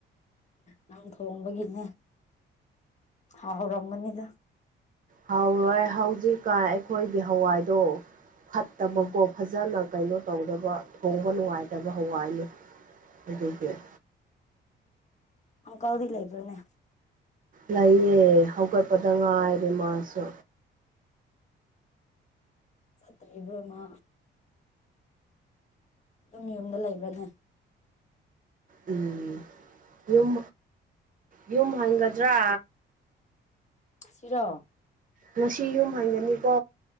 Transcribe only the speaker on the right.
ꯍꯥꯎꯔꯣꯏ ꯍꯧꯖꯤꯛꯀꯥꯟ ꯑꯈꯣꯏꯒꯤ ꯍꯋꯥꯏꯗꯣ ꯐꯠꯇꯕꯀꯣ
ꯐꯖꯅ ꯀꯩꯅꯣ ꯇꯧꯗꯕ ꯊꯣꯡꯕ ꯅꯨꯡꯉꯥꯏꯇꯕ ꯍꯋꯥꯏꯅꯦ ꯑꯗꯨꯒꯤ
ꯂꯩꯌꯦ ꯍꯧꯒꯠꯄꯗ ꯉꯥꯏꯔꯤ ꯃꯥꯁꯨ
ꯎꯝ ꯌꯨꯝ ꯌꯨꯝ ꯍꯟꯒꯗ꯭ꯔꯥ
ꯉꯁꯤ ꯌꯨꯝ ꯍꯥꯟꯒꯅꯤꯀꯣ